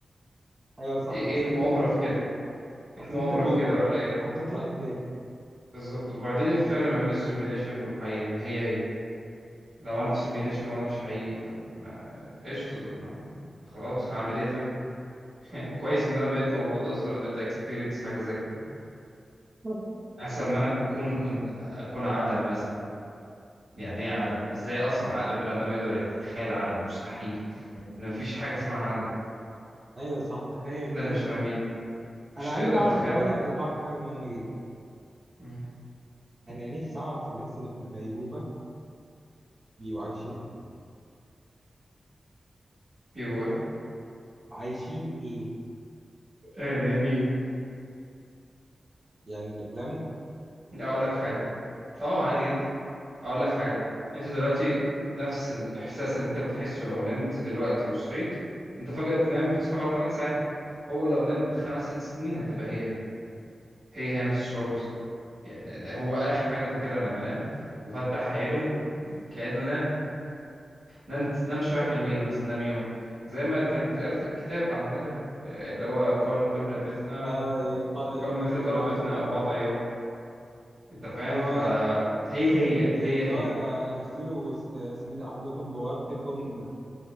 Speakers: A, on the right (about 35°); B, on the right (about 65°).
A: ايوه صح
B: ايه
A: اصل
B: إيه المؤامرة
A: انت
B: في كده ايه
A: اصل
B: المؤامرة
A: انت جوه
B: في كده ولا ايه
A: هتطلع ازاي
B: بالظبط وبعدين ايه الفرق ما بين السيميوليشن والحقيقة ما هي هي لو انا في سيميوليشن وانا مش حقيقي طب ما قشطة طب ما انا خلاص هعمل ايه طيب <laughs> كويس ان انا بقيت موجود اصلا وقدرت اكسبيرينس حاجة زي كده
A: <laughs>
B: احسن ما انا اكون كنت اكون عدم مثلا يعني ايه عدم ازاي اصلا عقل بني ادم يقدر يتخيل عدم مستحيل ان مفيش حاجه اسمها عدم
A: ايوه صح تخيل
B: احنا
A: كده
B: اللي مش فاهمين مش
A: انا
B: تقدر
A: عايز اعرف
B: تتخيل
A: حاجه
B: العدم
A: عايز اعرف حاجه مهمه جدا
B: مم.
A: انا نفسي اعرف الناس اللي في الغيبوبه بيبقوا عايشين ايه
B: بيبو ايه
A: عايشين ايه
B: آه، نايمين
A: يعني بيحلموا
B: اقول لك حاجه اه عادي جدا اقول لك حاجه انت دلوقتي نفس الاحساس اللي انت بتحسه لو نمت دلوقتي وصحيت انت فجاه بتنام بتصحى بعد 8 ساعات هو لو نام بخمس ست سنين هتبقى هي هي هي هي نفس الشعور بالظبط يعني هو اخر حاجه فاكرها لما نام وفتح عينه كانه نام نمت نام شوية حلوين مثلا نام يوم زي ما كانت قال في الكتاب عندنا آه، اللي هو قالوا كم لبثنا
A: اه يقالوا
B: ك-
A: يوما
B: كم لبثنا
A: او
B: قالوا
A: بعد
B: لبثنا
A: يوم
B: أو بعض أيام أنت فاهم
A: اللي هو
B: فهي هي
A: إيه،
B: هي
A: اللي
B: هي
A: هو آه، ارسلوا اسمي ده احدكم بورقكم